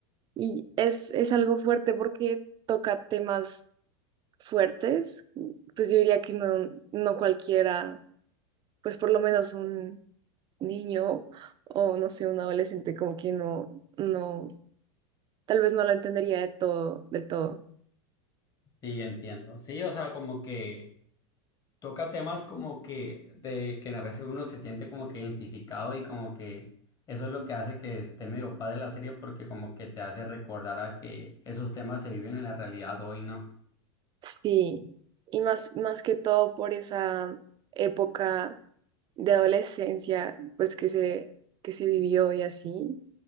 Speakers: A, on the right; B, on the left.
A: y es, es algo fuerte porque toca temas fuertes, pues yo diría que no, no cualquiera, pues por lo menos un niño o no sé, un adolescente como que no, no, tal vez no lo entendería de todo, del todo.
B: Sí, entiendo. Sí, o sea, como que toca temas como que de que a veces uno se siente como que identificado y como que eso es lo que hace que esté medio padre la serie porque como que te hace recordar a que esos temas se viven en la realidad hoy, ¿no?
A: Sí, y más, más que todo por esa época de adolescencia, pues que se, que se vivió y así.